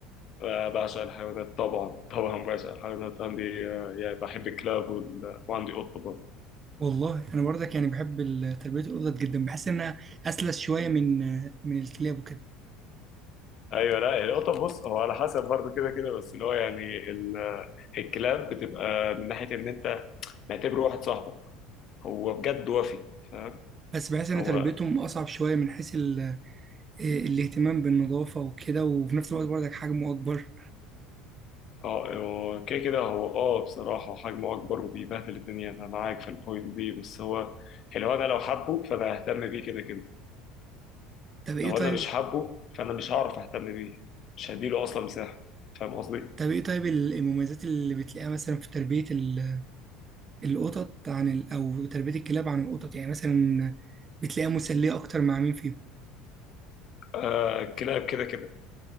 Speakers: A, on the left; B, on the right.
A: آه، بعشق الحيوانات طبعا طبعا بعشق الحيوانات عندي آه، يعني بحب الكلاب وال... وعندي قطة برضه
B: والله انا برضك يعني بحب ال- تربيه القطط جدا بحس انها اسلس شويه من من الكلاب وكده
A: ايوه لا القطة بص هو على حسب برضه كده كده بس اللي هو يعني ال... الكلاب بتبقى من ناحية ان انت معتبره واحد صاحبك هو بجد وفي فاهم
B: بس بحس ان
A: هو
B: تربيتهم اصعب شويه من حيث ال- الاهتمام بالنظافه وكده وفي نفس الوقت برضك حجمه اكبر
A: اه هو كده كده هو اه بصراحة حجمه اكبر وبيبهدل الدنيا انا معاك في البوينت دي بس هو اللي هو انا لو حبه فانا ههتم بيه كده كده
B: طب ايه
A: لو
B: طيب
A: انا مش حابه فانا مش هعرف اهتم بيه مش هديله اصلا مساحة فاهم قصدي؟
B: طب ايه طيب ال- المميزات اللي بتلاقيها مثلا في تربيه ال- القطط عن ال... او تربيه الكلاب عن القطط يعني مثلا بتلاقيها مسليه اكتر مع مين فيهم
A: آه كلاب كده كده